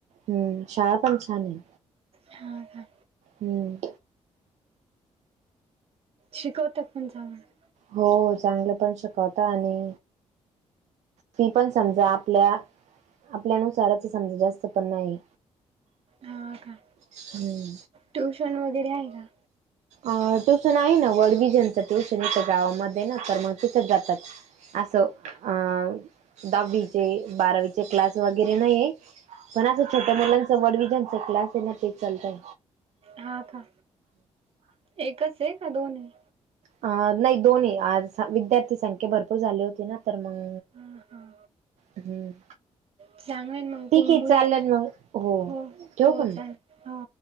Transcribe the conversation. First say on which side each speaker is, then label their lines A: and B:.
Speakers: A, on the right (about 75°); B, on the right (about 55°).
A: हम्म शाळा पण छान आहे.
B: हा का?
A: हम्म.
B: शिकवत्यात पण चांगलं.
A: हो चांगलं पण शिकवता आणि फी पण समजा आपल्या आपल्यानुसाराच समजा जास्त पण नाही,
B: हा का?
A: हम्म.
B: ट्युशन वगैरे आहे का?
A: अ ट्युशन आहे ना <unintelligible> ज्यांचं ट्युशन आहे गावामध्ये ना तर मग तिथंच जातात. असं अं दहावीचे, बारावीचे क्लास वगैरे नाहीये. पण असं छोट्या मुलांचं वड विजांचा क्लास आहे ना ते चालतात.
B: हा का? एकच आहे का दोनय?
A: अ नाही दोनय आज विद्यार्थी संख्या भरपूर झाली होती ना तर मग
B: हा हा.
A: हम्म.
B: चांगलं मग
A: ठीक आहे
B: मुलांना
A: चालेल मग
B: हो
A: ठेवू
B: हो
A: का मग?
B: चां हो.